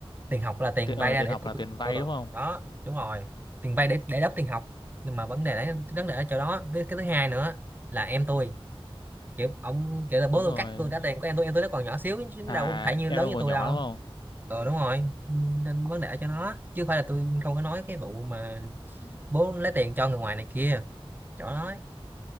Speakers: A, on the right; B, on the left.
A: tiền học là tiền
B: tiền
A: vay
B: ờ,
A: ra
B: tiền
A: để
B: học
A: tôi
B: là tiền
A: ừ,
B: vay đúng không
A: đó đúng rồi tiền vay để để đắp tiền học nhưng mà vấn đề đấy vấn đề ở chỗ đó với cái thứ hai nữa là em tôi kiểu ông kiểu là bố
B: đúng
A: tôi
B: rồi
A: cắt tôi trả tiền của em tôi em tôi nó còn nhỏ xíu chứ nó
B: à
A: đâu phải như
B: em
A: lớn
B: đang
A: như
B: còn
A: tôi
B: nhỏ
A: đâu
B: đúng không
A: ừ đúng rồi nên vấn đề ở chỗ nó chứ không phải là tôi không có nói cái vụ mà
B: Ừ.
A: bố lấy tiền cho người ngoài này kia chỗ đó ấy.